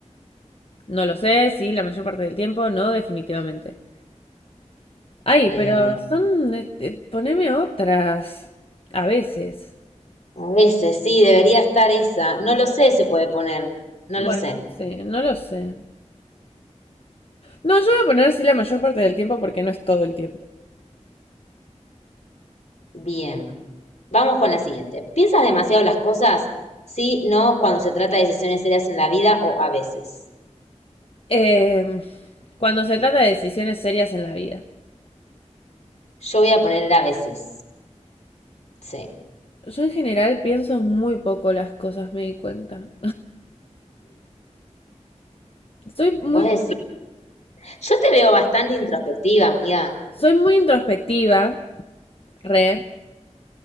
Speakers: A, on the left; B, on the left.
A: No lo sé, sí, la mayor parte del tiempo, no, definitivamente. Ay,
B: Eh,
A: pero son... eh, eh, poneme otras. A veces.
B: a veces sí, debería estar esa. No lo sé, se puede poner. No
A: Bueno,
B: lo sé.
A: sí, no lo sé. No, yo voy a poner sí la mayor parte del tiempo porque no es todo el tiempo.
B: Bien. Vamos con la siguiente. ¿Piensas demasiado las cosas? Sí, no, cuando se trata de decisiones serias en la vida o a veces.
A: Eh, cuando se trata de decisiones serias en la vida.
B: Yo voy a poner a veces. Sí.
A: Yo en general pienso muy poco las cosas, me di cuenta. Soy muy,
B: Vos decís. Yo te veo bastante introspectiva, amiga.
A: soy muy introspectiva, re,